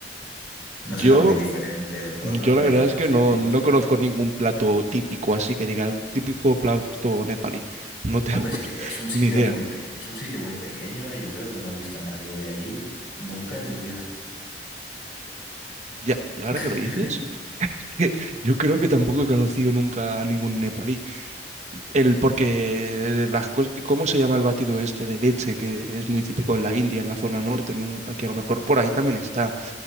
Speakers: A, on the left (about 70°); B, on the right (about 40°).
A: No
B: Yo,
A: será muy diferente. Todos
B: yo
A: los países
B: la verdad es
A: asiáticos
B: que no, no conozco ningún plato típico, así que digas, típico plato nepalí. No tengo
A: Hombre, es
B: <laughs>
A: que es un sitio
B: ni idea.
A: muy pe- es un sitio muy pequeño y yo creo que no he visto a nadie de allí nunca en mi vida.
B: Ya, y ahora
A: <laughs>
B: que lo dices, <laughs> yo creo que tampoco he conocido nunca a ningún nepalí. El, porque las cos- ¿cómo se llama el batido este de leche que es muy típico en la India, en la zona norte, ¿no? Aquí a lo mejor por ahí también está.